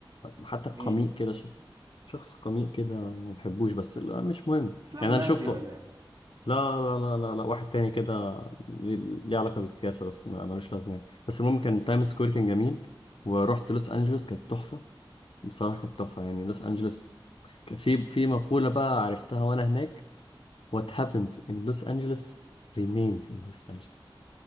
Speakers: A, on the left; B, on the right.
A: حتى
B: مين
A: قميء كده شخص قميء كده ما بحبوش بس لا مش مهم
B: اسلام
A: يعني انا
B: مهدي
A: شفته
B: ولا ايه
A: لا لا لا لا, لا. واحد تاني كده ليه علاقة بالسياسة بس ما ملوش لازمة يعني بس المهم كان تايم سكوير كان جميل ورحت لوس انجلوس كانت تحفة بصراحة كانت تحفة يعني لوس انجلوس كان في في مقولة بقى عرفتها وانا هناك
B: مم.
A: What happens in Los Angeles remains in Los Angeles